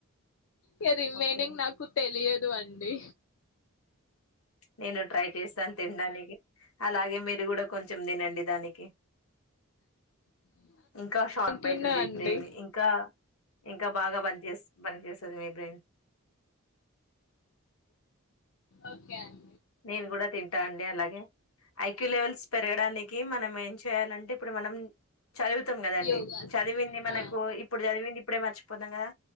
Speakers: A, on the left; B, on the left.
A: ఇగ రిమైనింగ్
B: ఓకే
A: నాకు తెలియదు అండి
B: నేను ట్రై చేస్తను తినడానికి అలాగే మీరు కూడా కొంచెం దినండి దానికి ఇంకా షార్ప్
A: అంటున్నా
B: అయితది
A: అండి
B: బ్రెయిన్ ఇంకా ఇంకా బాగా బండ్చెస్ బంజేసెద్ మీదే
A: ఒకే ఆన్
B: నేను కూడ తింటా అండి అలాగే ఐక్యూ లెవెల్స్ పెరగడానికి మనం ఏం చేయాలంటే ఇప్పుడు మనం చదువుతాం కదండి
A: యోగా
B: చదివింది మనకు
A: ఆ
B: ఇప్పుడు చదివింది ఇప్పుడే మర్చిపోతం కదా